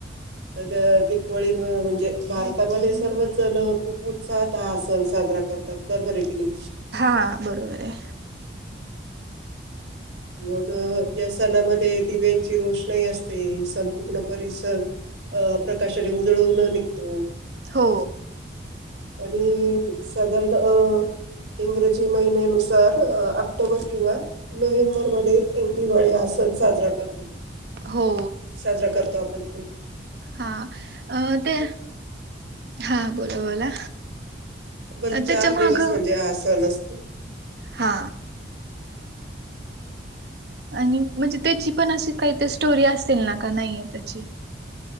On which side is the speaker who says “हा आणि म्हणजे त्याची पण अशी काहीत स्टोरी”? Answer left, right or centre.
Right